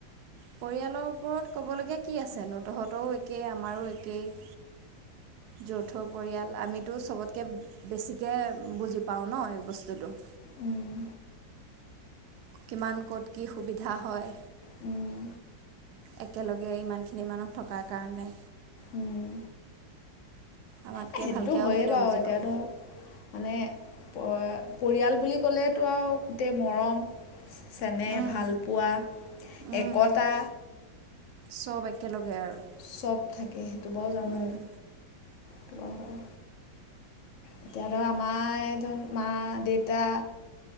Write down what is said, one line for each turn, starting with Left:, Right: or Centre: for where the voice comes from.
Right: পৰিয়ালৰ ওপৰত ক'বলগীয়া কি আছেনো, তহঁতৰও একেই আমাৰো একেই। যৌথ পৰিয়াল আমিতো চবতকৈ বে বেছিকে বুজি পাওঁ ন এই বস্তুটো।
Left: উম।
Right: কিমান ক'ত কি সুবিধা হয়।
Left: উম।
Right: একেলগে ইমানখিনি মানুহ থকাৰ কাৰণে।
Left: উম।
Right: আমাতকৈ
Left: সেইটোতো
Right: ভালকৈ
Left: হয়য়ে
Right: আৰু কোনে
Left: বাৰু
Right: বুজি
Left: এতিয়া
Right: পাব
Left: ধৰ। মানে পৰিয়াল বুলি ক'লেতো আৰু গোটেই মৰম। চেনেহ,
Right: উম,
Left: ভালপোৱা,
Right: উম,
Left: একতা।
Right: চব একেলগে আৰু।
Left: চব থাকে, সেইটো বাও জানো,
Right: উম,
Left: সেইটো হয়। এতিয়া ধৰ আমায় ধৰ মা -দেউতা।